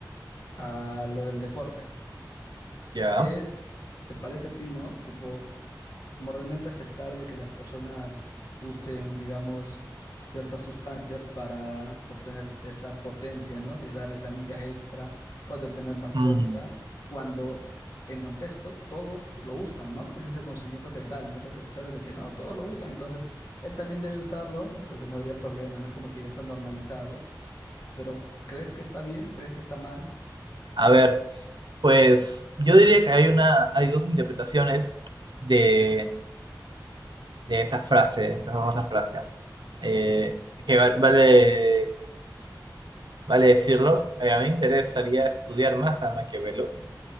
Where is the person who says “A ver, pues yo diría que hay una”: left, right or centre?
Right